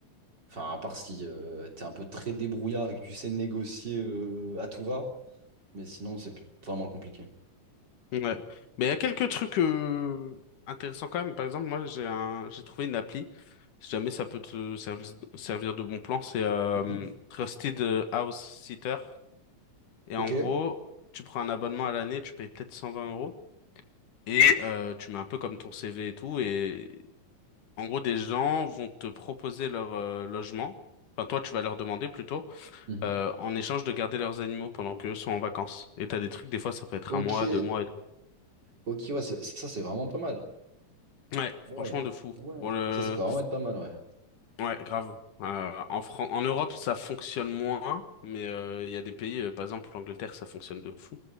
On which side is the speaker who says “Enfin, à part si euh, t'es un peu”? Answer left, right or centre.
Right